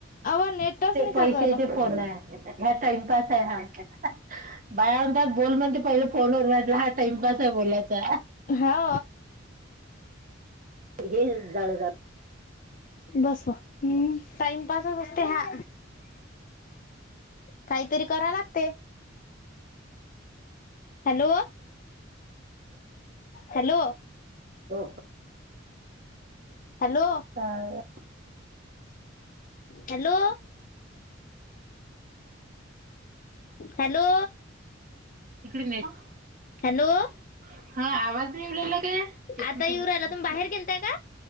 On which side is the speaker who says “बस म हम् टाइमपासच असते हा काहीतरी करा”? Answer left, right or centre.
Left